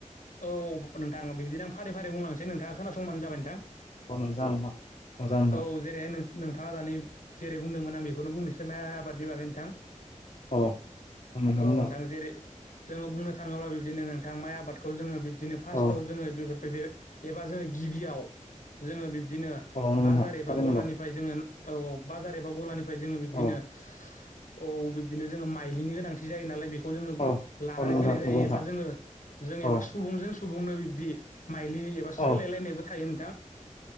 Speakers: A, on the left; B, on the left.
A: औ नोंथां बिद्बिनो आं फारि फारि बुंलांसै नोंथाङा खोनासंबानो जाबाय नोंथां।
B: <inaudible> मोजां नोंथां
A: औ जेरैहाय नोंथाङा दानि जेरै बुंदोंमोन आं बेखौनो बुंनोसै माय आबादनि बागै नोंथां
B: औ बुंनो हागोन
A: औ
B: नोंथां।
A: जेरै जोङो बुंनो थाङोब्ला बिब्दिनो नोंथां माइ आबादखौ जोङो बिब्दिनो फार्स्टआव
B: औ
A: जोङो एबा जोङो गिबियाव जोङो बिब्दिनो
B: औ नंगौ
A: बाजार
B: नोंथां
A: एबा
B: थारैनो
A: गलानिफ्राय
B: नंगौ
A: जोङो औ औ बाजार एबा गलानिफ्राय जोङो बिबदिनो
B: औ
A: औ औ बिब्दिनो जोङो माइलिनि गोनांथि जायो नालाय बेखौ जोङो
B: औ
A: लानानै
B: औ नंगौ
A: फैनाय
B: नोंथां
A: जायो
B: नंगौ नोंथां
A: एबा जोङो जों एबा
B: औ
A: सुबुंजों सुबुंनो बिब्दि माइलि एबा सोलायलायनायबो
B: औ
A: थायो नोंथां।